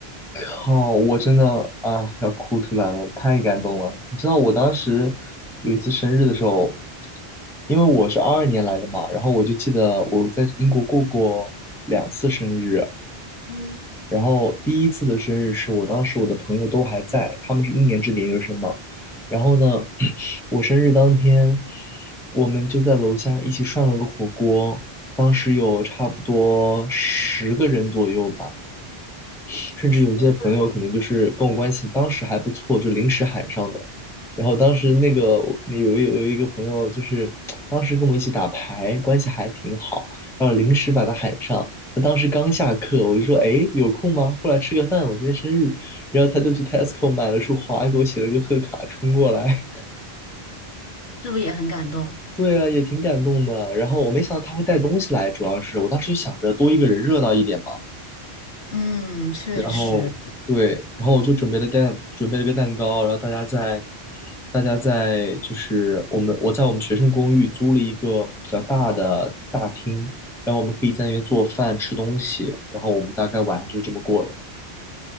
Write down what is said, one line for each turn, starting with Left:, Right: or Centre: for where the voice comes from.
Centre: 靠！我真的啊，要哭出来了，太感动了。你知道我当时有一次生日的时候，因为我是二二年来的嘛，然后我就记得我在英国过过两次生日，
Left: 嗯
Centre: 然后第一次的生日是我当时我的朋友都还在，他们是一年制的研究生嘛，然后呢，
Left: 嗯，
Centre: <clears throat> 我生日当天，我们就在楼下一起涮了个火锅，当时有差不多十个人左右吧。甚至有些朋友可能就是跟我关系当时还不错，
Left: 整多人
Centre: 就临时喊上的。然后当时那个那有有有一个朋友，就是当时跟我一起打牌，关系还挺好，然后临时把他喊上。他当时刚下课，我就说：“哎，有空吗？过来吃个饭，我今天生日。”然后他就去 Tesco 买了束花，给我写了个贺卡，冲过来。
Left: 是不是也很感动？
Centre: <laughs> 对啊，也挺感动的。然后我没想到他会带东西来，主要是我当时就想着多一个人热闹一点嘛。
Left: 嗯，确实，
Centre: 然后对，然后我就准备了蛋，准备了个蛋糕，然后大家在，大家在就是我们我在我们学生公寓租了一个比较大的大厅，然后我们可以在那边做饭吃东西，然后我们大概晚上就这么过的。